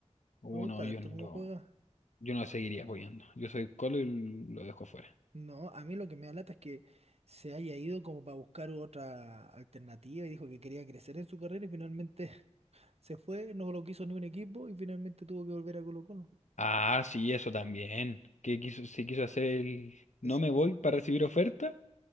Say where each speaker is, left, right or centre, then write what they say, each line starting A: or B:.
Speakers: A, on the left (about 85°); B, on the right (about 60°).
A: Uh,
B: me gusta
A: no, yo
B: harto
A: no
B: cómo
A: lo,
B: juega.
A: yo no lo seguiría apoyando. Yo soy Colo y lo dejo fuera.
B: No, a mí lo que me da lata es que se haya ido como para buscar otra alternativa y dijo que quería crecer en su carrera y finalmente <laughs> se fue, no lo quiso ni un equipo y finalmente tuvo que volver a Colo-Colo.
A: Ah, sí, eso también. Que quiso, se quiso hacer el no
B: Es,
A: me voy para recibir oferta